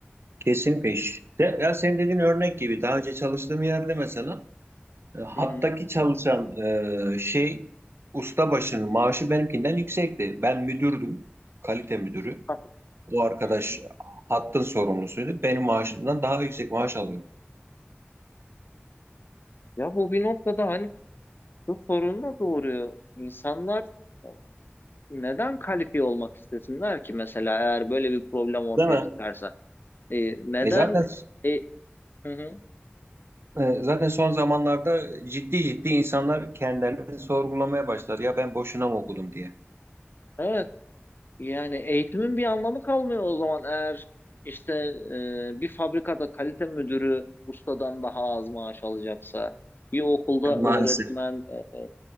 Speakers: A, on the right (about 70°); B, on the left (about 55°).
A: Kesinlikle. işte. Ya senin dediğin örnek gibi daha önce çalıştığım yerde mesela e, hattaki
B: Hı hı.
A: çalışan e, şey ustabaşının maaşı benimkinden yüksekti. Ben müdürdüm. Kalite müdürü.
B: Hafif.
A: O arkadaş
B: Hı hı.
A: hattın sorumlusuydu. Benim maaşımdan daha yüksek maaş alıyordu.
B: Ya bu bir noktada hani şu sorun da doğuruyor. İnsanlar e, neden kalifiye olmak istesinler ki mesela eğer böyle bir problem ortaya
A: Değil mi?
B: çıkarsa? E, neden?
A: E zaten
B: E, hı hı.
A: e, zaten son zamanlarda ciddi ciddi insanlar kendilerini sorgulamaya başlar. Ya ben boşuna mı okudum diye.
B: Evet. Yani eğitimin bir anlamı kalmıyor o zaman eğer işte e, bir fabrikada kalite müdürü ustadan daha az maaş alacaksa, bir okulda
A: E,
B: öğretmen
A: Maalesef.
B: e,